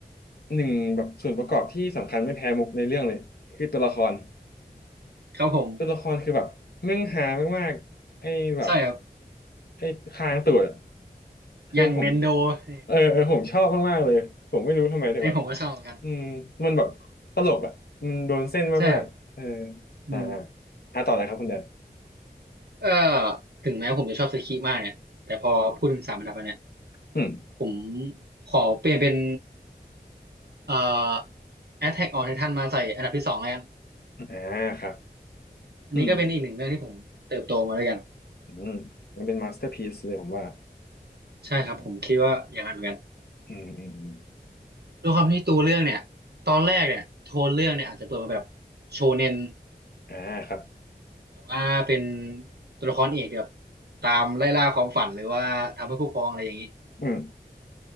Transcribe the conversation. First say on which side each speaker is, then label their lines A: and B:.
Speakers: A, on the left; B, on the right.
A: หนึ่งแบบส่วนประกอบที่สำคัญไม่แพ้มุกในเรื่องเลยคือตัวละคร
B: ครับผม
A: ตัวละครคือแบบแม่งฮามากๆไอ้แบบ
B: ใช่ครับ
A: ไอ้คางตูดอะคือผม
B: อย่างเนนโดนี่
A: เออเออผมชอบมากๆเลยผมไม่รู้ทำไมแต่แบบ
B: ผมก็ชอบเหมือนกัน
A: อืมมันแบบตลกอ่ะมันโดนเส้นมากๆเออ
B: ใช่ครับอืม
A: อ่าอ่าอ่าต่อเลยครับคุณแดน
B: เออถึงแม้ผมจะชอบสคิมากเนี่ยแต่พอพูดถึงสามอันดับอันเนี่ย
A: อืม
B: ผมขอเปลี่ยนเป็นเอ่อ Attack on Titan มาใส่อันดับที่สองแล้วกัน
A: อ่าครับ
B: อันนี้ก็เป็นอีกหนึ่งเรื่องที่ผมเติบโตมาด้วยกัน
A: อืมอืมมันเป็นมาสเตอร์พีซเลยผมว่า
B: ใช่ครับผมคิดว่าอย่างนั้นเหมือนกัน
A: นะครับอืมอืมอืม
B: ด้วยความที่ตัวเรื่องเนี่ยตอนแรกเนี่ยโทนเรื่องเนี่ยอาจจะเปิดมาแบบโชเน็น
A: อ่าครับ
B: แต่ว่าเป็นตัวละครเอกแบบตามไล่ล่าความฝันหรือว่าทำเพื่อผู้พรองอะไรอย่างนี้
A: อืม